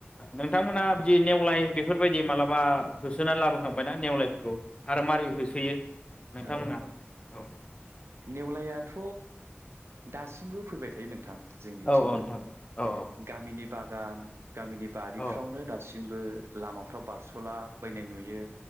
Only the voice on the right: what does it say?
औ औ
नेवलायाथ' दासिमबो फैबाय थायो नोंथां जोंनिथिंबो
जेने
गामिनि बागान गामिनि बारिफ्रावनो
दासिमबो लामाफ्राव बारस'ला बायनाय नुयो